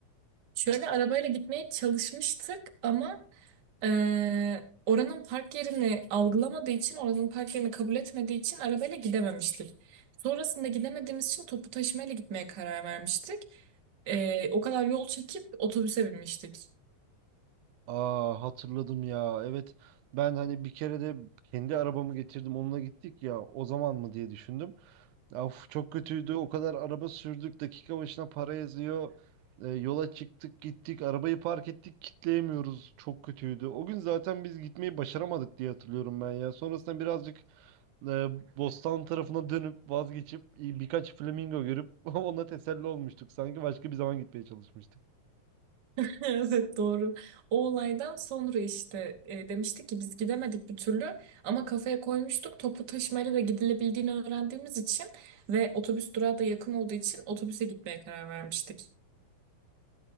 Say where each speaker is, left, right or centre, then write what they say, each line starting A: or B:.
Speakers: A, on the right; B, on the right.
A: Şöyle arabayla gitmeye çalışmıştık ama eee, oranın park yerini algılamadığı için, oranın park yerini kabul etmediği için arabayla gidememiştik. Sonrasında gidemediğimiz için topu taşımayla gitmeye karar vermiştik. Eee, o kadar yol çekip otobüse binmiştik.
B: Aa hatırladım ya. Evet ben hani bir kere de kendi arabamı getirdim onunla gittik ya o zaman mı diye düşündüm. Of çok kötüydü. O kadar araba sürdük. Dakika başına para yazıyor. E, yola çıktık gittik. Arabayı park ettik. Kitleyemiyoruz. Çok kötüydü. O gün zaten biz gitmeyi başaramadık diye hatırlıyorum ben ya. Sonrasında birazcık e, Bostan tarafına dönüp vazgeçip e, birkaç flamingo görüp <laughs> ona teselli olmuştuk. Sanki başka bir zaman gitmeye çalışmıştık.
A: <laughs> Evet doğru. O olaydan sonra işte e, demiştik ki biz gidemedik bir türlü ama kafaya koymuştuk topu taşımayla da gidilebildiğini öğrendiğimiz için ve otobüs durağı da yakın olduğu için otobüse gitmeye karar vermiştik.